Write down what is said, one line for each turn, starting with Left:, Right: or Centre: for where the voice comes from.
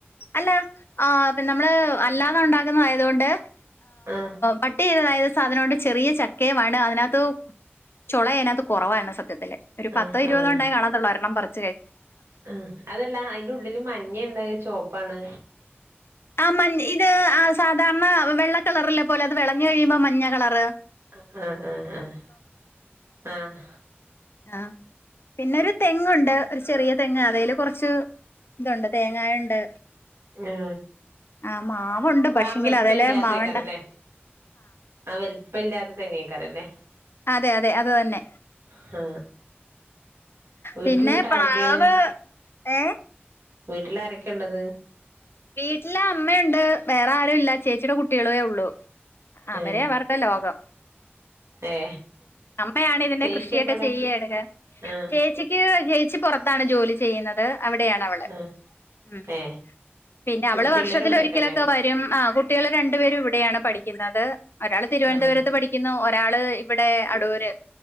Left: അല്ല ആ നമ്മള് അല്ലാതെ ഉണ്ടാക്കുന്ന ആയതുകൊണ്ട്
Right: ആഹ്
Left: പട്ടി ചെയ്തതാ സാധനംണ്ട് ചെറിയ ചക്കയും വണ് അതിനകത്ത് ചുള അതിനകത്ത് കുറവാണ് സത്യത്തില് ഒരു പത്തോ
Right: ആഹ്
Left: ഇരുപതെണ്ണേ
Right: ആഹ്
Left: കാണാത്തുള്ളൂ എണ്ണം പറഞ്ഞാ
Right: ആ അതല്ലാ അതിന്റെ ഉള്ളില് മഞ്ഞേണ്ട് ചൊവപ്പാണ്
Left: ആ മ ഇത് ആ സാധാരണ വെള്ള കളറല്ലെ പോലെ അത് വിളഞ്ഞു കഴിയുമ്പോ മഞ്ഞ കളറ്
Right: ആഹ് ആഹ് ആഹ് ആഹ്
Left: ആഹ് പിന്നെ ഒരു തെങ്ങുണ്ട് ഒരു ചെറിയ തെങ്ങ് അതായാല് കുറച്ച് ഇതുണ്ട് തേങ്ങായുണ്ട്
Right: ആ
Left: ആഹ് മാവൊണ്ട് പക്ഷെങ്കിലും
Right: ആ വലിപ്പല്ലാത്തേക്കാരല്ലേ
Left: അതല്ല മാവ്ണ്ട്
Right: ആ വലുപ്പമില്ലാത്ത തെങ്ങേക്കാരല്ലേ
Left: അതെ അതെ അത് തന്നെ
Right: ഹ വീട്ടിൽന്നിട്ട്
Left: പിന്നെ പ്ലാവ്
Right: ആരൊക്കെയാണ്
Left: ഏ
Right: വീട്ടിൽ ആരൊക്കെയാ ള്ളത്
Left: വീട്ടില് അമ്മയുണ്ട് വേറെ ആരും ഇല്ല ചേച്ചിയുടെ കുട്ടികളേ ഉള്ളു അവരെ
Right: ഏ
Left: അവർടെ ലോകം
Right: ഏ
Left: അമ്മയാണ് ഇതിന്റെ
Right: ചേച്ചിയപ്പടെ
Left: കൃഷിയൊക്കെ ചെയ്യ ഇടുക
Right: ആ
Left: ചേച്ചിക്ക് ചേച്ചി പൊറത്താണ് ജോ ജോലി ചെയ്യുന്നത് അവിടെയാണ് അവള്
Right: ആ
Left: ഉ
Right: ഏ
Left: പിന്നെ അവള്
Right: ഉം പിള്ളേര്
Left: വർഷത്തി
Right: ഇവിടേക്കല്ലേ
Left: ഒരിക്കലൊക്കെ വരും ആ കുട്ടികൾ രണ്ടുപേരും ഇവിടെയാണ് പഠിക്കുന്നത് ഒരാൾ തിരുവനന്തപുരത്ത്
Right: ആ
Left: പഠിക്കുന്നു ഒരാള് ഇവിടെ അടൂര്